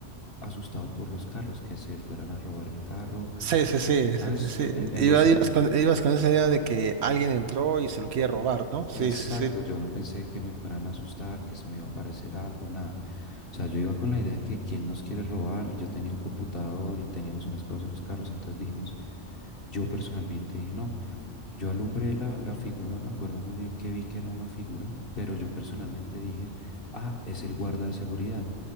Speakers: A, on the left; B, on the right.
A: asustado por los carros, que se fueran a robar el carro,
B: Sí, sí, sí,
A: ¿sabes?
B: sí, sí, sí.
A: En, en
B: Iba-
A: los,
B: ibas con, ibas con esa idea de que alguien entró y se lo quiere robar, ¿no? Sí,
A: Exacto,
B: sí, sí.
A: yo no pensé que me fueran a asustar, que se me iba a aparecer algo, nada. O sea, yo iba con la idea de que quién nos quiere robar y yo tenía un computador y teníamos unas cosas en los carros, entonces dijimos, yo personalmente dije, no, yo alumbré la, la figura, me acuerdo muy bien que vi que era una figura, pero yo personalmente dije, ah, es el guarda de seguridad,